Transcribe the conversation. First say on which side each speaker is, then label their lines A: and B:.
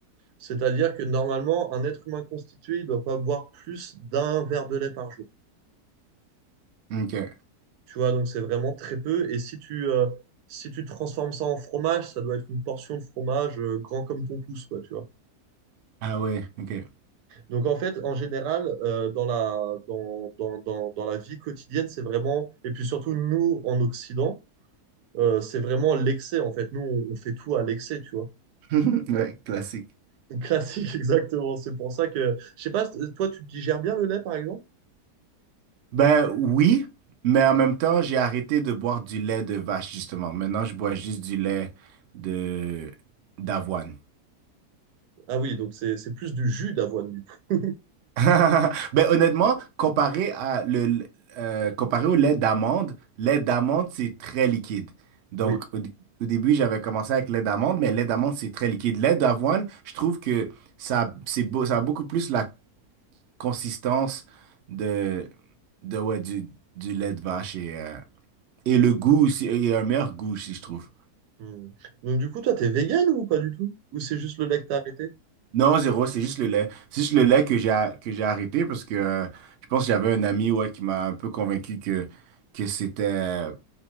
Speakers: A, on the right; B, on the right.
A: C'est-à-dire que normalement, un être humain constitué, il ne doit pas boire plus d'un verre de lait par jour.
B: ok.
A: Tu vois, donc c'est vraiment très peu. Et si tu, euh, si tu transformes ça en fromage, ça doit être une portion de fromage euh, grand comme ton pouce, quoi, tu vois.
B: Ah ouais, ok.
A: Donc en fait, en général, euh, dans la, dans, dans, dans, dans la vie quotidienne, c'est vraiment, et puis surtout nous en Occident, euh, c'est vraiment l'excès en fait. Nous, on, on fait tout à l'excès, tu vois.
B: <laughs> Ouais, classique.
A: Classique, <laughs> exactement. C'est pour ça que, je sais pas, toi, tu digères bien le lait par exemple?
B: Ben oui, mais en même temps, j'ai arrêté de boire du lait de vache, justement. Maintenant, je bois juste du lait de d'avoine.
A: Ah oui, donc c'est c'est plus du jus d'avoine du coup.
B: <laughs> Ben, honnêtement, comparé à le, le- euh, comparé au lait d'amande, lait d'amande, c'est très liquide. Donc,
A: Oui.
B: au, dé- au début, j'avais commencé avec lait d'amande, mais lait d'amande, c'est très liquide. Lait d'avoine, je trouve que ça, c'est beau, ça a beaucoup plus la consistance de, de ouais, du, du lait de vache et, euh, et le goût aussi, et un meilleur goût aussi, je trouve.
A: Hmm. Donc du coup, toi, t'es vegan ou pas du tout? Ou c'est juste le lait que t'as arrêté?
B: Non, zéro, c'est juste le lait. C'est juste le lait que j'ai que j'ai arrêté parce que euh, je pense que j'avais un ami ouais, qui m'a un peu convaincu que, que c'était euh,